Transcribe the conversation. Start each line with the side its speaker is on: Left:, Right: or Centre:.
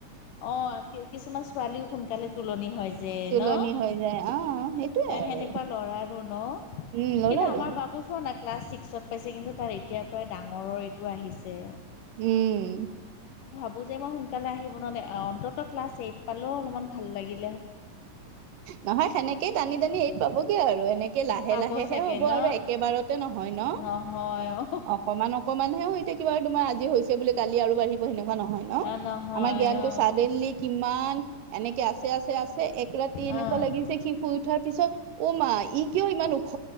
Left: অ কি কিছুমান ছোৱালীও সোনকালে তঙলনি হয় যে
Right: তুলনি
Left: ন
Right: হৈ যায় অ সেইটোয়ে
Left: এ
Right: আৰু
Left: সেনেকোৱা ল'ৰাৰো ন
Right: উম লৰাৰো
Left: কিন্তু আমাৰ বাবু চোৱা না ক্লাছ ছিক্সত পাইছে কিন্তু তাৰ এতিয়া পৰায় ডাঙৰৰ এইটো আহিছে
Right: উম
Left: মোৰ যে মই সোনকালে আহিব নোৱাৰে অন্তত ক্লাছ এইট পালেও অলপমান ভাল লাগিল
Right: নহয় সেনেকেই টানি টানি এইত পাবগে আৰু এনেকে লাহে
Left: পাব
Right: লাহেহে
Left: চাগে
Right: হ'ব
Left: ন
Right: আৰু একেবাৰতে নহয় ন
Left: নহয় অ
Right: অকমান অকমানহে হৈ এতিয়া কিবা তোমাৰ আজি হৈছে বুলি কালি আৰু বাঢ়িব সেনেকোৱা নহয় ন
Left: অ নহয়
Right: আমাৰ জ্ঞানতো
Left: অ
Right: চাডেনলি কিমান এনেকে আছে আছে আছে এক ৰাতি এনেকোৱা
Left: অ
Right: লাগিছে সি শুই উঠাৰ পিছত অ মা ই কিয় ইমান ওখ